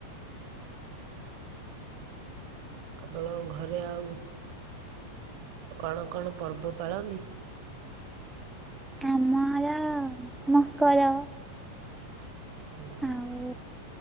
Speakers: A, on the right; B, in the centre.
A: ଆପଣ ଘରେ ଆଉ କଣ କଣ ପର୍ବ ପାଳନ୍ତି?
B: ଆମର ମକର।
A: ହୁଁ
B: ଆଉ